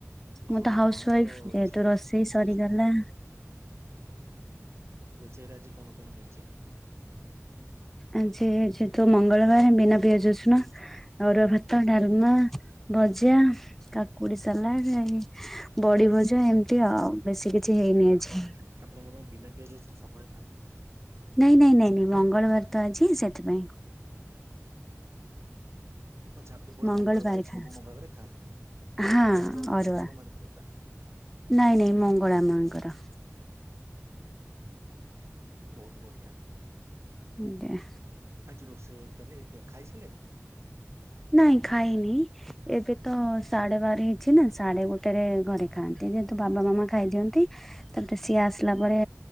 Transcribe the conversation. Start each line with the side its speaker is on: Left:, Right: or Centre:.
Centre: ମୁଁ
Right: ହଁ
Centre: ତ ହାଉସ
Right: ହଁ ମୋର
Centre: ୱାଇଫ ଯେହେତୁ
Right: ଇଞ୍ଜିନିୟରିଂ
Centre: ରୋଷେଇ ସରିଗଲା
Right: ଆଚ୍ଛା। ରୋଷେଇରେ ଆଜି କଣ କଣ ହେଇଛି?
Centre: ଆଜି ଯେହେତୁ ମଙ୍ଗଳବାର ବିନା ପିଆଜ ରସୁଣ ଅରୁଆ ଭାତ, ଡାଲମା, ଭଜା କାକୁଡି ସାଲାଡ ଏ ବଡି ଭଜା ଏମିତି ଆଉ ବେଶୀ କିଛି ହେଇନି
Right: ଆପଣ
Centre: ଆଜି।
Right: ଆପଣ କଣ ବିନା ପିଆଜ ଅଛନ୍ତି ସବୁବେଳେ ଖାଆନ୍ତି?
Centre: ନାଇଁ ନାଇଁ ନାଇଁ ନାଇଁ ମଙ୍ଗଳବାର ତ ଆଜି ସେଥିପାଇଁ।
Right: ମୋ ଛାକି ପୋଡ଼ା
Centre: ମଙ୍ଗଳବାର
Right: ମଙ୍ଗଳବାରେ ସବୁ
Centre: ଖା
Right: ମଙ୍ଗଳବାରେ ଖାଆନ୍ତି।
Centre: ହଁ
Right: ମଙ୍ଗଳାଙ୍କ ର ଓଷା
Centre: ଅରୁଆ
Right: ନା ହନୁମାନଙ୍କ ର ଓଷା?
Centre: ନାଇଁ ନାଇଁ ମଙ୍ଗଳା ମାଙ୍କର।
Right: ବହୁତ୍ ବଢିଆ‌।
Centre: ଆଜ୍ଞା।
Right: ଆଜି ରୋଷେଇ ଏ ତାହାଲେ ଖାଇସାରିଲେଣି?
Centre: ନାଇଁ ଖାଇନି ଏବେ ତ ସାଢେ଼ ବାର ହେଇଛି ନା ସାଢେ଼ ଗୋଟେରେ ଘରେ ଖାଆନ୍ତି ଯେହେତୁ ବାବା ମାମା ଖାଇଦିଅନ୍ତି ତାପରେ ସିଏ ଆସିଲା ପରେ